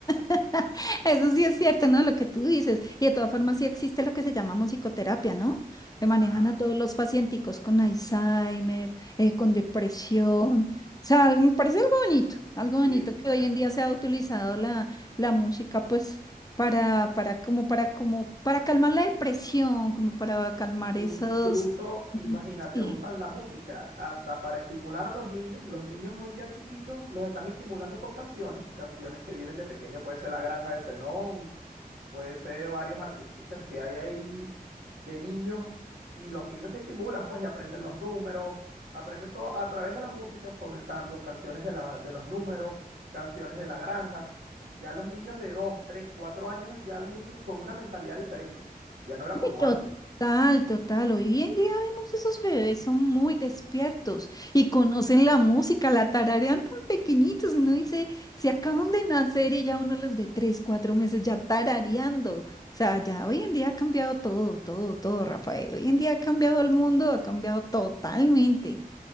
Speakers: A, on the left (about 25°); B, on the right (about 75°).
A: <laughs> Eso sí es cierto, ¿no? Lo que tú dices. Y de todas formas sí existe lo que se llama musicoterapia, ¿no? Le manejan
B: Ajá.
A: a todos los pacienticos con Alzheimer, eh, con depresión. O sea, algo, me parece algo bonito, algo
B: Sí,
A: bonito que
B: bueno,
A: hoy
B: es
A: en
B: que
A: día
B: mm,
A: se ha utilizado la, la música, pues, para, para, como, para, como, para calmar la depresión, como para calmar
B: incluso,
A: esos,
B: imagínate,
A: mm, sí.
B: usan la música hasta para estimular a los niños. Los niños hoy ya chiquitos los están estimulando con canciones, canciones que vienen de pequeño, puede ser La Granja de Zenón, Puede ser varios artistas que hay ahí de niños y los niños se estimulan, pues, y aprenden los números, aprenden todo a través de la música, comenzando canciones de, la- de los números, canciones de la granja. Ya los niños de 2 3 4 años ya vienen con una mentalidad diferente. Ya no era
A: Uy,
B: como
A: Total,
B: antes.
A: total. Hoy en día vemos esos bebés, son muy despiertos y conocen la música, la tararean tan pequeñitos. Uno dice, se acaban de nacer y ya uno los ve tres, cuatro meses ya tarareando. O sea, ya hoy en día ha cambiado todo, todo, todo, Rafael. Hoy en día ha cambiado el mundo, ha cambiado totalmente.